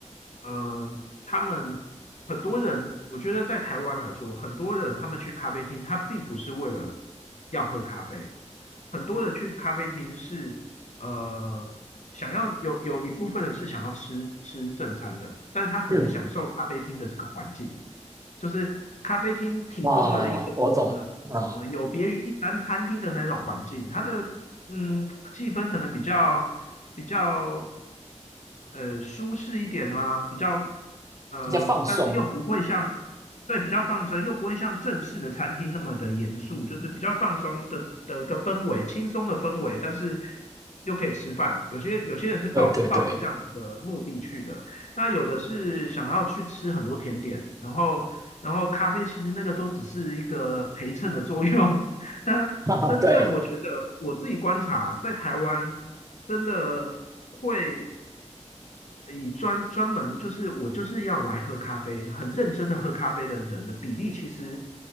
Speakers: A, on the left; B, on the right.
A: 嗯，他们很多人，我觉得在台湾来说，很多人他们去咖啡厅，他并不是为了要喝咖啡，很多人去咖啡厅是呃想要有有一部分人是想要吃吃正餐的，但他可能享受咖啡厅的这个环境，
B: 嗯，
A: 就是咖啡厅提供了一个呃呃有别于一般餐厅的那种环境，
B: 哦，我懂。嗯，
A: 它的嗯气氛可能比较比较。呃舒适一点嘛，比较呃，
B: 要放松。
A: 但是又不会像对比较放松，又不会像正式的餐厅那么的严肃，就是比较放松的的一个氛围，轻松的氛围，但是又可以吃饭。有些有些人是抱抱着这样子的目的去的，
B: 对对对，
A: 那有的是想要去吃很多甜点，然后然后咖啡其实那个都只是一个陪衬的作用，<laughs> 但真正我觉得我自己观察在台湾真的会。
B: <laughs> 哈哈，对。
A: 以专专门就是我就是要来喝咖啡，很认真的喝咖啡的人的比例其实